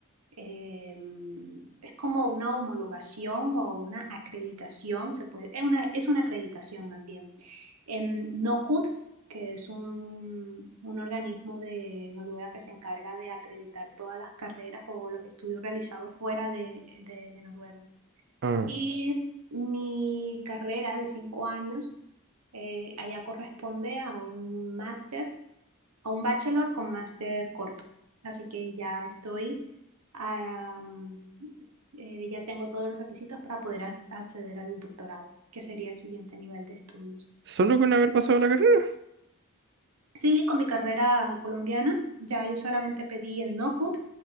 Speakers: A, on the right (about 85°); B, on the right (about 50°).
A: em, es como una homologación o una acreditación, se puede, es una, es una acreditación más bien, en NOCUT, que es un, un organismo de Noruega que se encarga de acreditar todas las carreras o los estudios realizados fuera de, de de Noruega.
B: Ah,
A: Y mi carrera de cinco años eh, allá corresponde a un máster, a un bachelor con máster corto. Así que ya estoy, am, eh, ya tengo todos los requisitos para poder ac- acceder al doctorado, que sería el siguiente nivel de estudios.
B: solo con haber pasado la carrera.
A: Sí, con mi carrera colombiana, ya yo solamente pedí en NOCUT